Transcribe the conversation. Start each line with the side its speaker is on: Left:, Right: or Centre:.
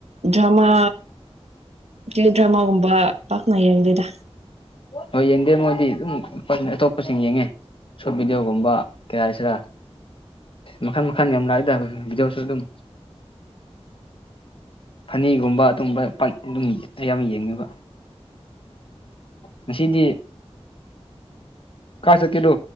Right: ꯗꯔ꯭ꯃꯥ ꯀꯦ ꯗ꯭ꯔꯃꯥꯒꯨꯝꯕ ꯄꯥꯛꯅ ꯌꯦꯡꯗꯦꯗ
Left: ꯍꯣꯏ ꯌꯦꯡꯗꯦ ꯃꯣꯏꯗꯤ ꯑꯗꯨꯝ ꯑꯇꯣꯞꯄꯁꯤꯡ ꯌꯦꯡꯉꯦ ꯁꯣꯔꯠ ꯚꯤꯗꯤꯑꯣꯒꯨꯝꯕ ꯀꯩ ꯍꯥꯏꯁꯤꯔꯥ ꯃꯈꯜ ꯃꯈꯥ ꯌꯥꯝ ꯂꯥꯛꯑꯏꯗꯕ ꯕꯤꯗꯤꯑꯣꯁꯨ ꯑꯗꯨꯝ ꯐꯅꯤꯒꯨꯝꯕ ꯑꯗꯨꯝꯕ ꯄ ꯑꯗꯨꯝ ꯑꯌꯥꯝꯕ ꯌꯦꯡꯉꯕ ꯉꯁꯤꯗꯤ ꯀꯥꯏ ꯆꯠꯀꯦꯔꯣ